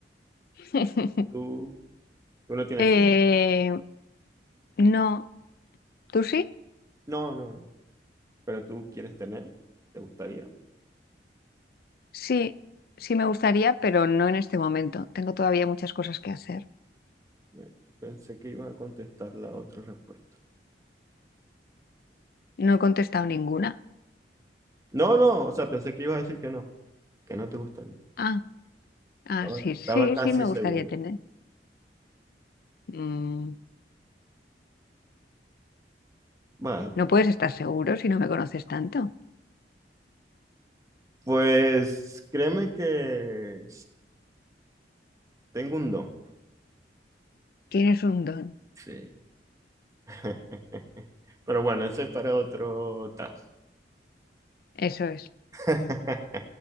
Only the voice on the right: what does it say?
Tú, tú no tienes
hijos, ¿no?
No, no, no. Pero tú quieres tener, ¿te gustaría?
Eh, Pensé que ibas a contestar la otra respuesta.
No, no, o sea, pensé que ibas a decir que no, que no te gustaría.
Estaba,
estaba casi
seguro.
Vale,
pues créeme que tengo un don.
Sí. <laughs> Pero bueno, ese es para otro task.
<laughs>